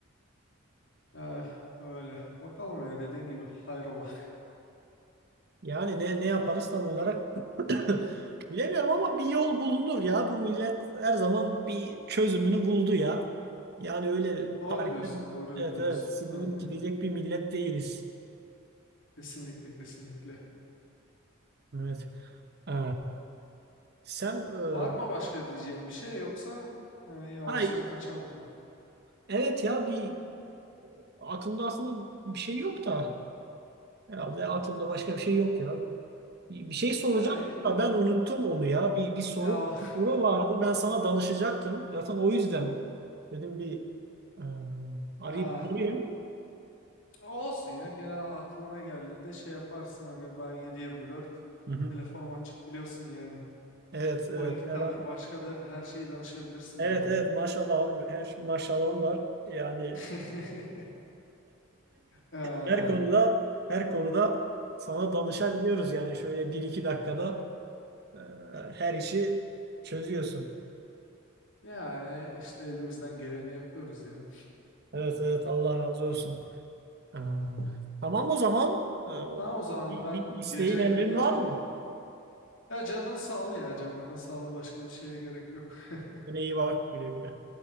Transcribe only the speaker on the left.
Eh, öyle. Bakalım ya dediğin gibi hayrola.
<laughs> Doğru
diyorsun. Doğru
diyorsun.
Hani.
Kesinlikle kesinlikle.
Var mı başka diyeceğim bir şey yoksa yani yavaştan
kaçalım mı?
Ya e,
ya,
<laughs>
ya
olsun ya gene aklına geldiğinde şey yaparsın hani ben 7/24
telefonum açık biliyorsun yani.
Politikadır
başkadır her şeyi danışabilirsin
bana.
<laughs>
Ee,
yani işte elimizden geleni yapıyoruz ya.
Tamam o zaman
ben
gece
geç
o-
ya canın sağlığı ya canının sağlığı başka bir şeye gerek yok. <laughs>